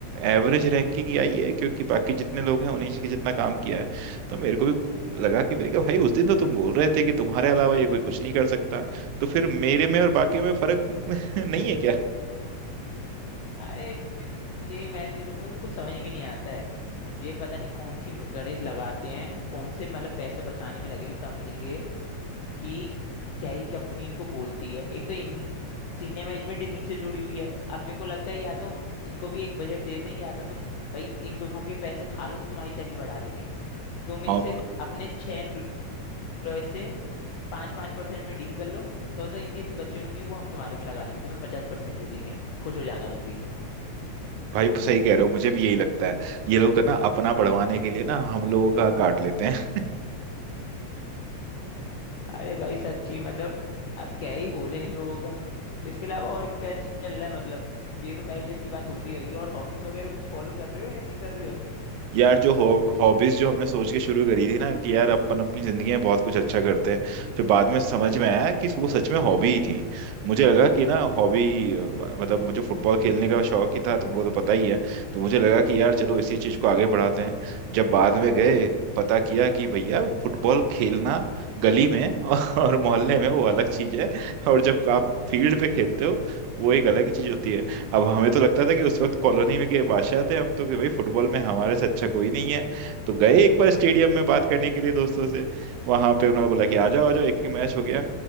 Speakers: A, on the right (about 85°); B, on the left (about 75°).
A: एवरेज रैंकिंग ही आई है क्योंकि बाकी जितने लोग हैं उन्हीं के जितना काम किया है तो मेरे को भी लगा कि मेरे कहा भाई उस दिन तो तुम बोल रहे थे कि तुम्हारे अलावा ये कोई कुछ नहीं कर सकता तो फिर मेरे में और बाकी में फर्क नहीं है क्या
B: अरे ये मैनेजरों को कुछ समझ में नहीं आता है ये पता नहीं कौन सी गणित लगाते हैं कौन से मतलब पैसे बचाने में लगे हुए कंपनी के कि क्या ही कंपनी इनको बोलती है एक तो इन सीनियर मैनेजमेंट इन्हीं से जुड़ी हुई है अब मेरे को लगता है या तो इनको भी एक बजट देते हैं या तो तुम भाई इन लोगों के पैसे खा लो तो तुम्हारी सैलरी बढ़ा देंगे तुम इनसे
A: हाँ
B: अपने छह एम्प्लॉय से पाँच पाँच परसेंट में डील कर लो तो तो इनके जो बच्चे होंगे वो हम तुम्हारे में लगा देंगे तुम्हें पचास परसेंट दे देंगे खुश हो जाना तुम भी
A: भाई सही कह रहे हो मुझे भी यही लगता है ये लोग ना अपना बढ़वाने के लिए ना हम लोगों का काट लेते हैं
B: अरे भाई सच्ची मतलब अब क्या ही बोले इन लोगों का इसके अलावा और क्या चल रहा है मतलब ये तो मैनेजर की बात होती रहेगी और हॉबीज वगैरह कुछ फॉलो कर रहे हो या नहीं कर रहे हो
A: यार जो हॉबीज जो हमने सोच के शुरू करी थी ना कि यार अपन अपनी जिंदगी में बहुत कुछ अच्छा करते हैं फिर बाद में समझ में आया कि वो सच में हॉबी ही थी मुझे लगा कि ना हॉबी मतलब मुझे फुटबॉल खेलने का शौक ही था तुमको तो पता ही है तो मुझे लगा कि यार चलो
B: हम्म
A: इसी चीज को आगे बढ़ाते हैं जब बाद में गए पता किया कि भैया फुटबॉल खेलना गली में <laughs> और मोहल्ले में वो अलग चीज है और जब आप फील्ड पे खेलते हो वो एक अलग ही चीज होती है अब हमें तो लगता था कि उस वक्त कॉलोनी में के बादशाह थे हम तो कि भाई फुटबॉल में हमारे से अच्छा कोई नहीं है तो गए एक बार स्टेडियम में बात करने के लिए दोस्तों से वहां पे उन्होंने बोला कि आ जाओ आ जाओ एक ही मैच हो गया